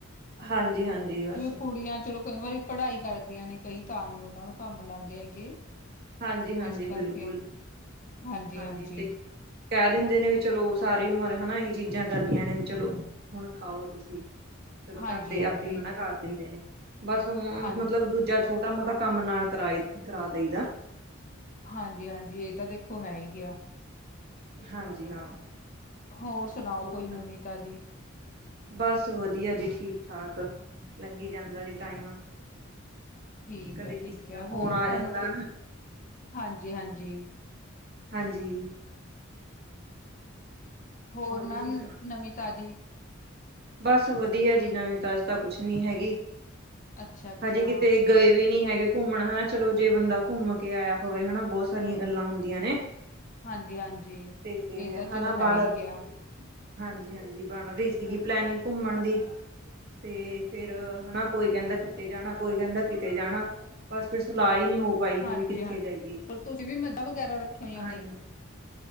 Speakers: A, on the right; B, on the left.
A: ਹਾਂਜੀ ਹਾਂਜੀ
B: ਜਿਵੇਂ
A: ਬਸ।
B: ਕੁੜੀਆਂ ਚਲੋ ਕਈ ਵਾਰੀ ਪੜ੍ਹਾਈ ਕਰਦੀਆਂ ਨੇ ਕਈ ਤਾਂ ਨੀ ਉਹਨਾਂ ਨੂੰ ਕੰਮ ਲਾਂਦੇ ਹੈਗੇ।
A: ਹਾਂਜੀ ਹਾਂਜੀ
B: ਇਸ ਕਰਕੇ
A: ਬਿਲਕੁਲ।
B: ਹਾਂਜੀ-ਹਾਂਜੀ,
A: ਹਾਂਜੀ ਤੇ ਕਹਿ ਦਿੰਦੇ ਨੇ ਵੀ ਚਲੋ ਉਹ ਸਾਰੀ ਉਮਰ ਹਨਾ ਇਹੀ ਚੀਜ਼ਾਂ ਕਰਨੀਆਂ ਨੇ ਵੀ ਚਲੋ ਹੁਣ ਖਾਓ ਤੁਸੀਂ। ਚਲੋ
B: ਹਾਂਜੀ-ਹਾਂਜੀ,
A: ਘਰਦੇ ਆਪੇ ਮਨਾ ਕਰ ਦਿੰਦੇ ਨੇ। ਬਸ ਹੁਣ
B: ਹਾਂਜੀ।
A: ਮਤਲਬ ਦੂਜਾ ਛੋਟਾ ਮੋਟਾ ਕੰਮ ਨਾਲ ਕਰਾਈ ਕਰਾ ਦਈ ਦਾ।
B: ਹਾਂਜੀ ਹਾਂਜੀ ਇਹ ਤਾਂ ਦੇਖ ਖੋ ਹੈ ਹੀ ਗਿਆ
A: ਹਾਂਜੀ ਹਾਂ
B: ਹੋਰ ਸੁਣਾਓ
A: ਹੋਰ
B: ਕੋਈ ਨਵੀਂ ਤਾਜ਼ੀ
A: ਬਸ ਵਧੀਆ ਜੀ ਠੀਕ ਠਾਕ ਲੰਘੀ ਜਾਂਦਾ ਜੀ ਟਾਈਮ
B: ਠੀਕ
A: ਕਦੇ
B: ਹੈ
A: ਕਿਸੇ
B: ਠੀਕ ਹੈ
A: ਦਾ ਫੋਨ
B: ਹੋਰ
A: ਆ
B: ਤੁਹਾਨੂੰ
A: ਜਾਂਦਾ
B: ਕੋਈ
A: ਨਾ
B: ਹਾਂਜੀ ਹਾਂਜੀ
A: ਹਾਂਜੀ
B: ਹੋਰ
A: ਤੁਸੀਂ
B: ਮੈਮ
A: ਸੁਣਾਓ?
B: ਨਵੀਂ ਤਾਜ਼ੀ
A: ਬਸ ਵਧੀਆ ਜੀ ਨਵੀਂ ਤਾਜੀ ਤਾਂ ਕੁਛ ਨੀ ਹੈਗੀ
B: ਅੱਛਾ-ਅੱਛਾ,
A: ਹਜੇ ਕਿਤੇ ਗਏ ਵੀ ਨਹੀਂ ਹੈਗੇ ਘੁੰਮਣ ਹਨਾ ਚਲੋ ਜੇ ਬੰਦਾ ਘੁੰਮ ਕੇ ਆਇਆ ਹੋਵੇ ਹਨਾ ਬਹੁਤ ਸਾਰੀਆਂ ਗੱਲਾਂ ਹੁੰਦੀਆਂ ਨੇ
B: ਹਾਂਜੀ ਹਾਂਜੀ
A: ਤੇ
B: ਇਹ ਤਾਂ ਚਲੋ
A: ਹਨਾ
B: ਹੈ
A: ਬਣ
B: ਹੀ
A: ਰਹੀ
B: ਗਿਆ
A: ਸੀ ਹਾਂਜੀ ਹਾਂਜੀ ਬਣ ਰਹੀ ਸੀਗੀ ਪਲੈਨਿੰਗ ਘੁੰਮਣ ਦੀ ਤੇ ਫੇਰ ਹਨਾ ਕੋਈ ਕਹਿੰਦਾ ਕਿਤੇ ਜਾਣਾ ਕੋਈ ਕਹਿੰਦਾ ਕਿਤੇ ਜਾਣਾ ਬਸ ਫਿਰ ਸਲਾਹ ਹੀ ਨਹੀਂ ਹੋ ਪਾਈ
B: ਹਾਂਜੀ
A: ਕਿ ਵੀ ਕਿੱਥੇ
B: ਹਾਂਜੀ
A: ਜਾਈਏ
B: ਹੋਰ ਤੁਸੀਂ ਵੀ ਮੱਝਾਂ ਵਗੈਰਾ ਰੱਖੀਆਂ ਹੋਈਆਂ
A: ਹਾਂਜੀ
B: ਨੇ